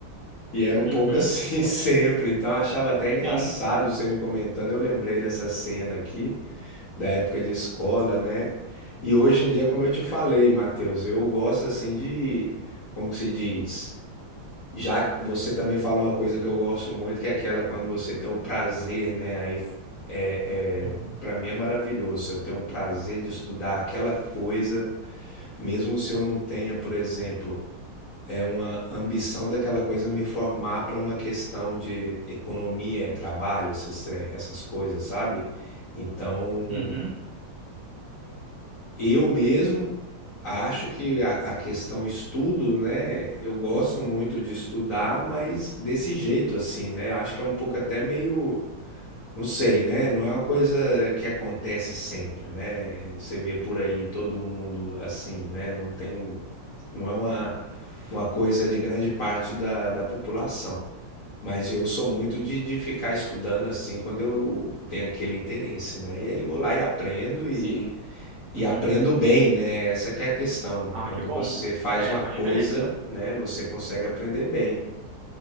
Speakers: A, on the left (about 55°); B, on the right (about 70°).
A: E era um
B: Uhum,
A: pouco assim <laughs> sempre, então eu achava até engraçado
B: sim.
A: você me comentando. Eu lembrei dessa cena aqui, da época de escola, né? E hoje em dia, como eu te falei, Matheus, eu gosto assim de, como que se diz? Já você também falou uma coisa que eu gosto muito, que é aquela quando você tem o prazer, né? Aí é, é,
B: Uhum,
A: para mim é maravilhoso. Se eu tenho o prazer de estudar aquela coisa, mesmo se eu não tenha, por exemplo, é uma ambição daquela coisa me formar para uma questão de economia, trabalho, esses, essas coisas, sabe? Então,
B: uhum,
A: eu mesmo acho que a, a questão estudo, né? Eu gosto muito de estudar, mas desse jeito assim, né? Eu acho que é um pouco até meio, não sei, né? Não é uma coisa que acontece sempre, né? Você vê por aí todo mundo assim, né? Não tem, não é uma, uma coisa de grande parte da, da população. Mas eu sou muito de, de ficar estudando assim quando eu tenho aquele interesse, né? E aí vou lá e aprendo
B: sim.
A: e
B: Uhum.
A: aprendo bem, né? Essa que é a questão, né?
B: Ah,
A: Quando
B: que bom.
A: você faz
B: É,
A: uma
B: faz
A: coisa,
B: diferença.
A: né, você consegue aprender bem.